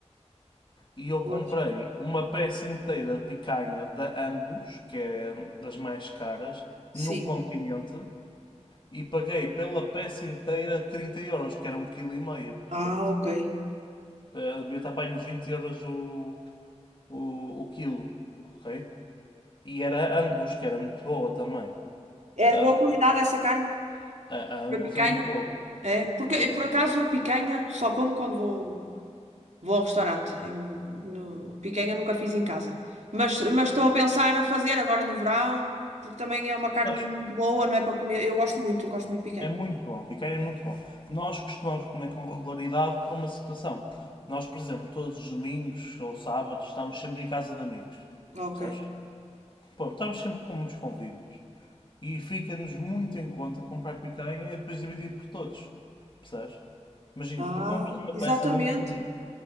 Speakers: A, on the left (about 45°); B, on the right (about 75°).
A: E eu
B: pois.
A: comprei uma peça inteira de picanha da Angus, que é das mais caras,
B: Sim.
A: no continente. E paguei pela peça inteira 30 euros, que era um quilo e meio.
B: Ah,
A: Portanto,
B: ok.
A: eh, devia estar para aí nos 20 euros o, o, o quilo, ok? E era Angus, que era muito boa também.
B: É
A: Ah,
B: de boa qualidade essa carne?
A: A, a Angus
B: A picanha?
A: é muito bom.
B: É, porque
A: A Angus
B: eu, por
A: é
B: acaso
A: bom.
B: a picanha só como quando vou Vou ao restaurante. Em, no- picanha nunca fiz em casa. Mas,
A: É.
B: mas estou a pensar a fazer agora no verão, porque também é uma carne
A: Sabes,
B: muito boa, não é para comer. Eu gosto muito, eu gosto muito de picanha.
A: é muito bom. Biqueira é muito bom. Nós costumamos comer com regularidade por uma situação. Nós, por exemplo, todos os domingos ou sábados estamos sempre em casa de amigos.
B: Ok.
A: Sabes? Bom, estamos sempre com muitos convívios. E fica-nos muito em conta comprar picanha e depois dividir por todos. Percebes? Imagina,
B: Ah,
A: tu compras uma
B: exatamente.
A: peça de um quilo. e-